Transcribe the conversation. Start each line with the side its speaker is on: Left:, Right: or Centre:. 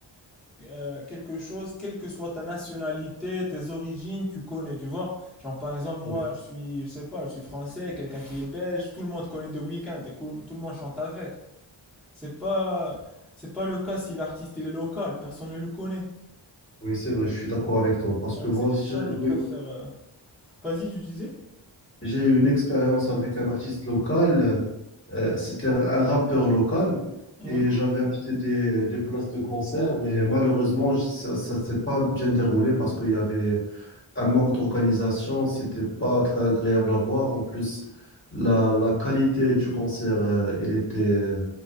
Centre: euh, quelque chose, quelle que soit ta nationalité, tes origines, tu connais, tu vois. Genre, par exemple, moi,
Left: Oui,
Centre: je suis, je sais pas, je suis français, quelqu'un qui est belge, tout le monde connaît The Weeknd et cou- tout le monde chante avec. C'est pas, c'est pas le cas si l'artiste il est local, personne ne le connaît.
Left: Oui, c'est vrai, je suis d'accord avec toi. Parce
Centre: Donc,
Left: que moi
Centre: c'est
Left: aussi,
Centre: pour ça que je
Left: j'ai
Centre: préfère.
Left: eu
Centre: euh, Vas-y, tu disais?
Left: j'ai eu une expérience avec un artiste local. euh, c'était un un rappeur local.
Centre: Ouais.
Left: Et j'avais acheté des, des places de concert, mais malheureusement, j- ça ne s'est pas bien déroulé parce qu'il y avait un manque d'organisation, c'était pas très agréable à voir. En plus, la, la qualité du concert, euh, elle était, euh,